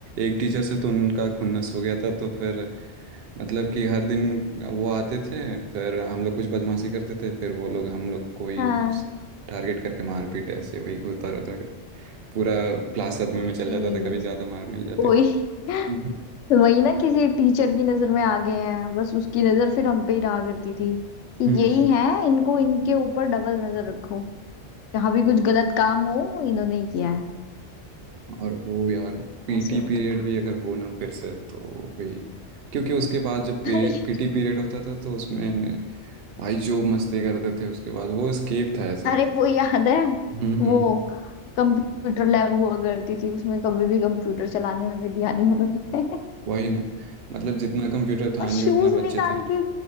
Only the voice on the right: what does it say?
एक टीचर से तो उनका खुन्नस हो गया था तो फिर मतलब कि हर दिन वो आते थे फिर हम लोग कुछ बदमाशी करते थे फिर वो लोग हम लोग को ही
बस टारगेट करके मारपीट ऐसे वही होता रहता था पूरा क्लास सदमे
में चल जाता था कभी ज़्यादा मार मिल जाती
थी
हम्म।
हम्म।
और वो यार पीटी
पीरियड
भी अगर हो ना फिर से तो भी क्योंकि उसके बाद जब पीटी
पीरियड होता था तो उसमें भाई जो मस्ती करते थे उसके बाद वो स्केप था ऐसे
हम्म हम्म
वही ना मतलब जितना कंप्यूटर था
नहीं
उतना बच्चे
थे